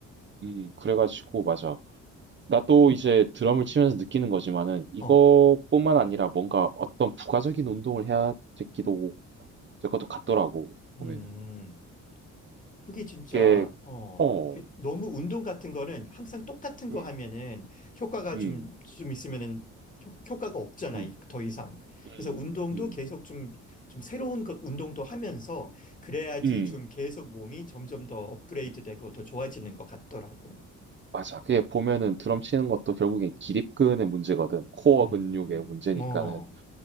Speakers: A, on the right (about 40°); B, on the left (about 25°).
A: 음, 그래가지고 맞아 나도 이제 드럼을 치면서 느끼는 거지만은 이것뿐만
B: 어,
A: 아니라 뭔가 어떤 부가적인 운동을 해야 되기도 될 것도 같더라고 보면은
B: 음. 그게 진짜,
A: 이게
B: 어,
A: 어,
B: 그- 너무 운동 같은 거는 항상 똑같은 거
A: 음,
B: 하면은 효과가
A: 음,
B: 좀, 좀 있으면은 효, 효과가 없잖아,
A: 음,
B: 이- 더 이상.
A: 음,
B: 그래서 운동도
A: 음,
B: 계속 좀, 좀 새로운 것, 운동도 하면서 그래야지
A: 음,
B: 좀 계속 몸이 점점 더 업그레이드
A: 음.
B: 되고 더 좋아지는 것 같더라고.
A: 맞아. 그게 보면은 드럼 치는 것도 결국엔 기립근의 문제거든. 코어
B: 음,
A: 근육의 문제니까는
B: 어,